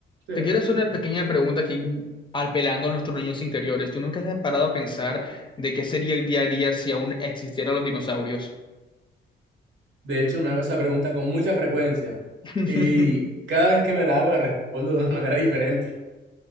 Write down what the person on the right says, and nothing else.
de,
de hecho me hago esa pregunta con mucha frecuencia,
y cada vez que me la hago la respondo de una <laughs> manera diferente.